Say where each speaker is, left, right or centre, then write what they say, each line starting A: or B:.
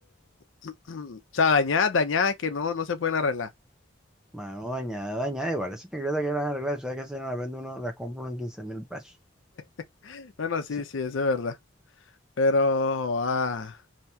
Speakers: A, on the left; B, in the centre.
A: <clears throat> o sea, dañadas, dañadas que no, no se pueden arreglar.
B: Mano, dañada, dañada. Igual, esa chancleta que las arreglar, sabes que si no la vende uno, las compra uno en quince mil pesos.
A: <laughs> Bueno,
B: Sí,
A: sí, sí, eso es verdad. Pero, oh, ah,